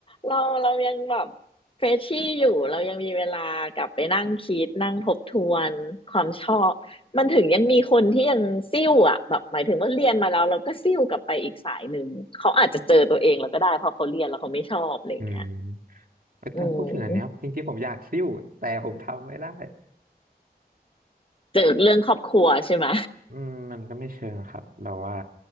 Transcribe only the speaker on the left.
เราเรายังแบบเฟรชชี่อยู่เรายังมีเวลากลับไปนั่งคิดนั่งทบทวนความชอบมันถึงยังมีคนที่ยังซิ่วอ่ะแบบหมายถึงว่าเรียนมาแล้วเราก็ซิ่วกลับไปอีกสายหนึ่งเขาอาจจะเจอตัวเองแล้วก็ได้เพอเขาเรียนแล้วเขาไม่ชอบอะไรอย่างเงี้ย
อืมเจอเรื่องครอบครัวใช่ไหม